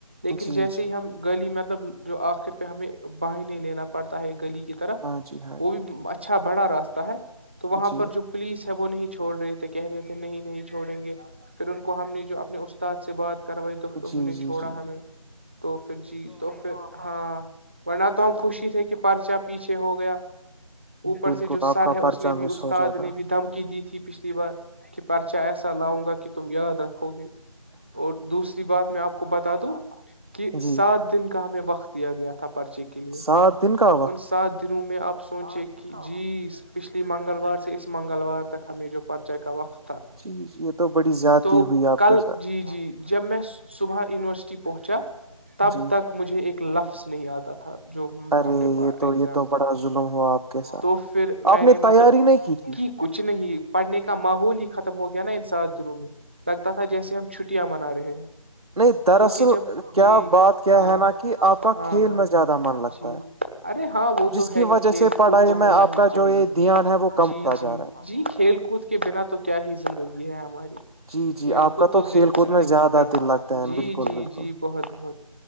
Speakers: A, on the right; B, on the right.
A: لیکن
B: جی
A: جیسے
B: جی
A: ہی ہم گلی میں مطلب جو آخر پہ ہمیں باہنے لینا پڑتا ہے گلی کی طرف
B: ہاں جی ہاں
A: وہ
B: جی
A: بھی اچھا اچھا بڑا راستہ ہے تو وہاں
B: جی
A: پر جو پولیس ہے وہ نہیں چھوڑ رہے تھے کہہ رہے تھے نہیں چھوڑیں گے پھر ان کو ہم نے جو اپنے استاد سے بات کروائی تو پھر
B: جی
A: انہوں نے
B: جی جی
A: چھوڑا
B: جی
A: ہمیں تو پھر جی تو پھر ہاں وہن آپ توت خوی ت تھک کہ پرچپ پیچھے ہو گیا اوپر
B: بالکل
A: سے جو
B: آپ
A: سر
B: کا
A: ہے اس
B: پرچہ
A: نے بھی
B: مس
A: استاد
B: ہو جاتا
A: نے بھی دم تھی پچھلی بار کہ پرچا ایسا لاؤں گا کہ تم یاد رکھو گے اور دوسری بات میں آپ کو بتا ک تو کہ سات
B: جی
A: دن کی ہمیں وقت دیا گیا تھا پرچے کے لیے
B: سات دن کا وقت
A: ان سات دنوں میں آپ سوچے کہ جی پچھلی منگلوار سے اس منگلوار تک ہمیں جو پرچے کا وقت تھا
B: جی جی یہ تو بڑی زیادتی
A: تو
B: ہوئی آپ
A: کل
B: کے ساتھ
A: جی جی جب میں صبح یونیورسٹی پہنچا تب
B: جی
A: تک مجھے ایک لفظ نہیں آتا تھا جو
B: ارے
A: ہم نے ایگزام
B: یہ تو یہ تو بڑا
A: تھا
B: ظلم ہوا آپ کے ساتھ
A: تو پھر
B: آپ
A: میں
B: نے تیاری
A: مطلب
B: نہیں کی تھی
A: کہ کچھ نہیں پڑھنے کا ماحول ہی ختم ہو گیا نا ان سات دنوں میں لگتا تھا جیسے ہم چھٹیاں منا رہے ہیں
B: نہیں دراصل
A: کیونکہ جب
B: کیا
A: جی
B: بات کیا
A: ہاں
B: ہے نا کہ آپ کا
A: ہاں
B: کھیل
A: ہاں
B: میں زیادہ من لگتا
A: جی
B: ہے
A: ارے ہاں وہ
B: جس
A: تو
B: کی
A: ہے ہی
B: وجہ
A: کھیل
B: سے پڑھائی
A: کود تو
B: میں
A: ہونا
B: آپ کا
A: ہی چاہیے
B: جو یہ دھیان ہے وہ
A: جی
B: کم ہوتا
A: جی
B: جا رہا ہے
A: جی کھیل کود کے بنا تو کیا ہی زندگی ہے ہماری
B: جی جی
A: کھیل
B: آپ
A: کود
B: کا
A: تو
B: کھیل کود
A: زندگی
B: میں زیادہ
A: کا
B: دل لگتا ہے
A: جی
B: بالکل
A: جی
B: بالکل
A: جی بہت بہت